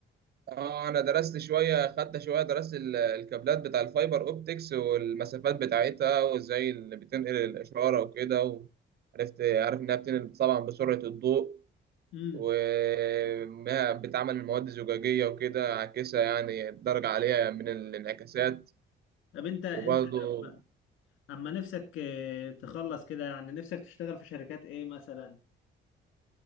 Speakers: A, on the right (about 55°); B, on the left (about 80°).
A: اه انا درست شويه خدت شويه درست ال- الكابلات بتاع الفايبر اوبتكس والمسافات بتاعتها وازاي اللي بتنقل الاشاره وكده وعرفت عارف انها بتنقل طبعا بسرعه الضوء
B: امم
A: وانها بتعمل من مواد زجاجيه وكده عاكسه يعني درجه عاليه من الانعكاسات
B: طب انت انت
A: وبرضه
B: لما- اما نفسك آه، تخلص كده يعني نفسك تشتغل في شركات ايه مثلا